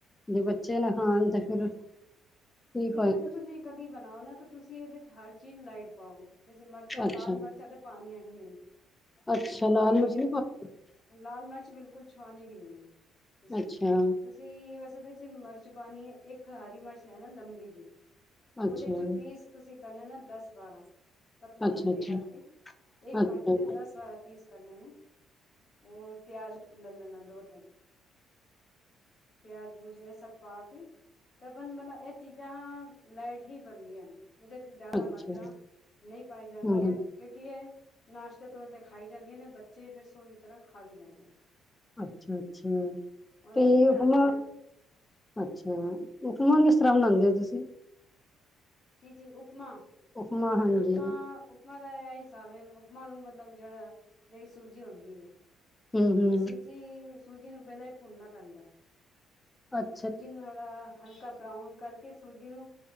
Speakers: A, on the left; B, on the left.
A: ਜੇ ਬੱਚੇ ਨਾ ਖਾਣ ਤਾਂ ਫਿਰ ਕੀ ਫਾਇਦਾ
B: ਦੇ ਵੈਸੇ ਤੁਸੀਂ ਕਦੇ ਬਣਾਓ ਨਾ ਤਾਂ ਤੁਸੀਂ ਉਹਦੇ ਚ ਹਰ ਚੀਜ਼ ਲਾਈਟ ਪਾਓ। ਵਿਚ ਮਿਰਚਾਂ
A: ਅੱਛਾ
B: ਲਾਲ ਮਿਰਚਾਂ ਤੇ ਪਾਣੀਆਂ ਹੀ ਨਹੀਂ।
A: ਅੱਛਾ ਲਾਲ
B: ਤੇ
A: ਮਿਰਚ ਨਹੀ ਪਾਣੀ
B: ਲਾਲ ਮਿਰਚ ਬਿਲਕੁਲ ਛੋਹਾਣੀ ਵੀ ਨਹੀਂ ਹੈ ਤੁਸੀਂ
A: ਅੱਛਾ
B: ਤੁਸੀਂ ਵੇਸ ਉਹਦੇ ਚ ਮਿਰਚ ਪਾਣੀ ਹੈ ਇੱਕ ਹਰੀ ਮਿਰਚ ਲੈਣਾ ਲੰਬੀ ਜਿਹੀ
A: ਅੱਛਾ
B: ਉਹਦੇ ਚ ਪੀਸ ਤੁਸੀਂ ਕਰਨੇ ਨਾ ਦਸ ਬਾਰਾਂ। ਪਤਲੇ-ਪਤਲੇ
A: ਅੱਛਾ ਅੱਛਾ
B: ਕੱਟ ਕੇ, ਇੱਕ
A: ਅੱਛਾ
B: ਮਰਚ ਦੇ ਦਸ ਬਾਰਾ ਪੀਸ ਕਰਨੇ ਨੇ ਔਰ ਪਿਆਜ ਲੈ ਲੈਣਾ ਦੋ ਤਿੰਨ। ਪਿਆਜ ਪਯੁਜ਼ ਇਹ ਸਭ ਪਾ ਕੇ ਤੇ ਆਪਨ ਮਤਲਬ ਚੀਜ਼ਾਂ ਲਾਈਟ ਹੀ ਬਣਦੀਆਂ ਨੇ ਓਹਦੇ ਚ ਜ਼ਿਆਦਾ
A: ਅੱਛਾ
B: ਮਿਰਚਾਂ ਨਹੀਂ ਪਾਈ ਜਾਂਦੀਆਂ।
A: ਹੂੰ, ਹੂੰ,
B: ਕਿਉਂਕਿ ਇਹ ਨਾਸ਼ਤੇ ਤੋੌਰ ਤੇ ਖਾਈ ਜਾਂਦੀਆਂ ਨੇ ਬੱਚੇ ਫੇਰ ਸੋਹਣੀ ਤਰ੍ਹਾਂ ਖਾ ਵੀ ਲੈਂਦੇ।
A: ਅੱਛਾ-ਅੱਛਾ
B: ਔਰ
A: ਤੇ
B: ਅਸੀਂ ਬਣਾਉਂਦੇ
A: ਆਪਣਾ
B: ਹਾਂ
A: ਅੱਛਾ, ਉਪਮਾਂ ਕਿਸ ਤਰ੍ਹਾਂ ਬਣਾਉਂਦੇ ਹੋ ਤੁਸੀਂ?
B: ਜੀ ਜੀ ਉਪਮਾ-ਉਪਮਾ
A: ਉਪਮਾ ਹਾਂਜੀ
B: ਉਪਮਾ ਦਾ ਇਹ ਹਿਸਾਬ ਹੈ, ਉਪਮਾ ਨੂੰ ਮਤਲਬ ਜਿਹੜਾ ਜਿਹੜੀ ਸੂਜੀ ਹੁੰਦੀ ਹੈ।
A: ਹੂੰ-ਹੂੰ
B: ਤੇ ਸੂਜੀ-ਸੂਜੀ ਨੂੰ ਬਹਿਲ ਹੀ ਭੁਨਨਾ ਪੈਂਦਾ
A: ਅੱਛਾ
B: ਤੇ ਸੂਜੀ ਸੂਜੀ ਨੂੰ ਥੋੜਾ ਹਲਕਾ ਬਰਾਊਨ ਕਰਕੇ ਸੂਜੀ ਨੂੰ